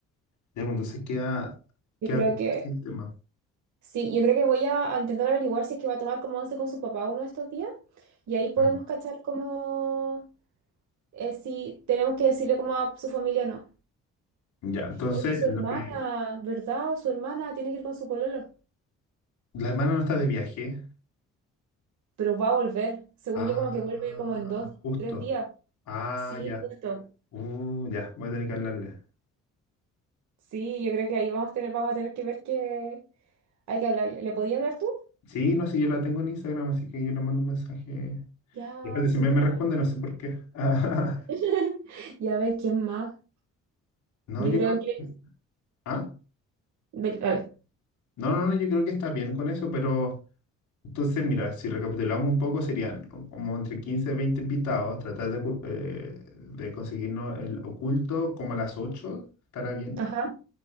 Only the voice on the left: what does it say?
ya, bueno, entonces queda,
queda
bien
así el tema.
Mm.
Ya, entonces,
lo
que...
La hermana no está de viaje.
Ah,
justo.
Ah,
ya.
Uh, ya, voy a tener que hablarle.
Sí, no sé, yo la tengo en Instagram, así que yo le mando un mensaje.
Y aparte,
siempre me responde, no sé por qué. <laughs>
No,
yo
creo
que... Ah,
no, no, no, yo creo que está bien con eso, pero... Entonces, mira, si recapitulamos un poco, serían como entre 15 y 20 invitados, tratar de, ocu- eh, de conseguirnos el oculto como a las ocho ¿estará bien?